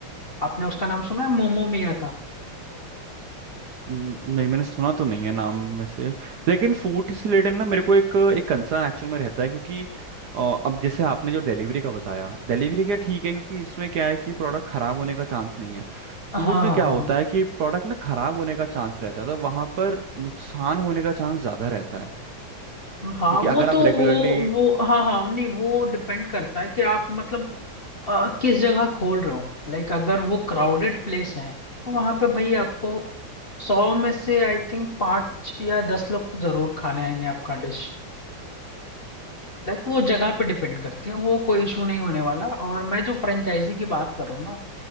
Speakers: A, on the left (about 40°); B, on the right (about 65°).
A: आपने उसका नाम सुना है मोमो मिया का
B: न- नहीं मैंने सुना तो नहीं है नाम में से लेकिन फूड से रिलेटेड ना मेरे को एक एक कंसर्न एक्चुअल में रहता है क्योंकि अ, अब जैसे आपने जो डिलीवरी का बताया डिलीवरी का ठीक है क्योंकि इसमें क्या है कि प्रोडक्ट खराब होने का चांस नहीं है
A: हाँ
B: फूड में
A: हाँ
B: क्या
A: हाँ
B: होता है कि प्रोडक्ट में खराब होने का चांस रहता है तो वहां पर नुकसान होने का चांस ज्यादा रहता है
A: हाँ
B: क्योंकि
A: वो
B: अगर आप
A: तो
B: रेगुलरली
A: वो वो हाँ हाँ नहीं वो डिपेंड करता है कि आप मतलब अ, किस जगह खोल रहे हो लाइक अगर वो क्राउडेड प्लेस है तो वहां पे भाई आपको सौ में से आई थिंक पाँच या दस लोग तो जरूर खाने आएंगे आपका डिश लाइक वो जगह पे डिपेंड करती है वो कोई इशू नहीं होने वाला और मैं जो फ्रेंचाइजी की बात कर रहा हूँ ना